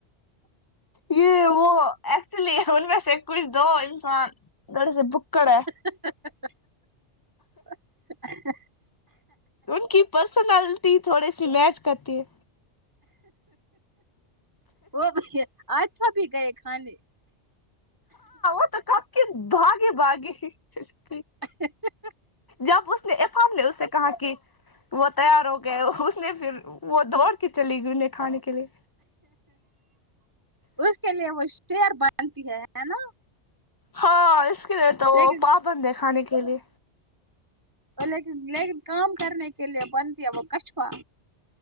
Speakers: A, on the left; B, on the right.
A: یہ وہ ایکچولی ان میں سے کچھ دو انسان گھر میں بکڑ ہے
B: <inaudible> <inaudible>
A: ان کی پرسنالٹی تھوڑی سی میچ کرتی ہے
B: اور کیا آج بھابی گئے کھانے
A: میں کبکی باگے باگے تھی
B: ا ح ا ح <inaudible>
A: جب اس نے افام نے اسے کہا کہ وہ تیار ہو گئے اور لے پھر وہ دوڑ کے چلی گئی انہیں کھانے کے لیے
B: اس کے لیے وہ شیر بنتی ہے ہے نا
A: ہاں اس کے لیے تو وہ
B: لیکن
A: پابند ہے کھانے کے لیے
B: لیکن لیکن کام کرنے کے لیے بنتی ہے وہ کشپہ